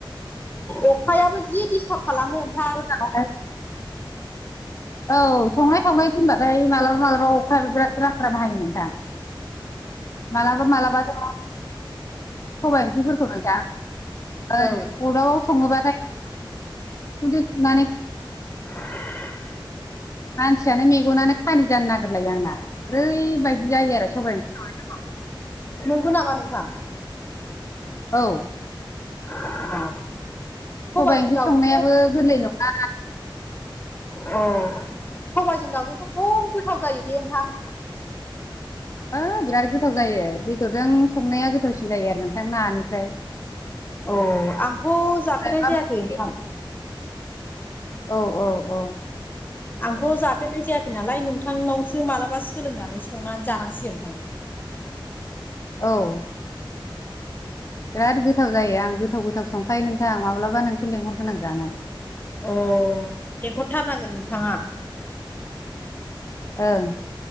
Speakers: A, on the left; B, on the left.
A: अखायाबो जि डिस्टार्ब खालामो नोंथां
B: उनावहाय औ संनाय खावनाय होनबाथाय मालाबा मालाबा अखायाबो बिराद राथ्रा बाहायोमोनोंथां। मालाबा मालाबाथो सबाय ओंख्रिफोरखौमोन दा अदाबाव
A: औ
B: सङोबाथाय उखुन्दै खुनानै
A: <inaudible>
B: मानसियानो मेगनानो खानि जानो नागिरलायो आंना ओरैबायदि जायो आरो सबाइनिफ्राय
A: नंगौ नामा नोंथां।
B: औ
A: औ सबायजों
B: सबाइ ओंख्रि
A: दाउजों
B: संनायाबो गोरलै नङा
A: थ' सबाइजों दाउजोंथ' खम गोथाव जायो बे नोंथां।
B: ओ बिराद गोथाव जायो दैदरजों संनाया गोथावसिन जायो आरो नोंथां नानिफ्राय
A: अ आंथ' जाफेरनाय
B: माबायदि
A: जायाखै नोंथां।
B: औ औ औ
A: आंखौ जाफेरनाय जायासै नालाय नोंथांनावसो मालाबा सोलोंनानै संनानै जानांसिगोन नोंथां।
B: औ बिराद गोथाव जायो आं गोथाव गोथाव संखायो नोंथां आ माब्लाबा नोंथो लेंहरगोनां जानो।
A: अ लेंहरथारनांगोन नोंथाङा।
B: ओं